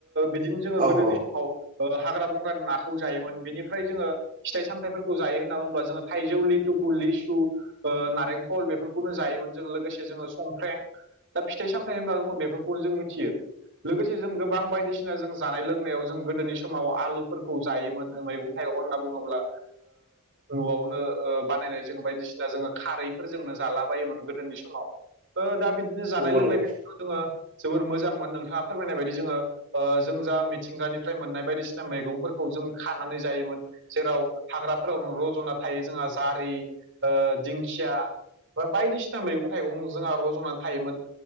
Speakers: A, on the right; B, on the right.
A: बिदिनो जोङो
B: औ
A: गोदोनि
B: औ
A: समाव हाग्रा बंग्रानि नाखौ जायोमोन बेनिफ्राय जोङो फिथाइ सामथायाइफोरखौ जायो होनना बुङोब्ला जोङो थाइजौ लिथुखौु लिसु नारेंखल बेफोरखौनो जायोमोन जों लोगोसे जोङो संफ्र्रें दा फिथाइ सामथायाइ होनबा जोङो बेफोरखौ जों मिथियो लोगोसे जों गोबां बायदिसिना जों जानाय लोंनायाव जों गोदोनि समाव आलुफोरखौ जायोमोन मैगं थाइगं होनना बुङोब्ला न'आवनो बानायनाय जोङो बायदिसिना जोङो खारैफोर जोंनो जाला बायोमोन गोदोनि समाव। ओ दा बिदिनो जानाय
B: नंगौ
A: लोंनाय
B: नंगौ
A: बेखौ जोङो जोबोर मोजांमोन नोंथाङा फोरमायनाय बायदि जोङो ओ जों जा मिथिंगानिफ्राय मोननाय बायदिसिना मैगंफोरखौ जों खानानै जायोमोन। जेराव हाग्राफोराव रज'ना थायो जोंहा जारि दिंखिया बा बायदिसिना मैगं थाइगं जोंहा रज'नानै थायोमोन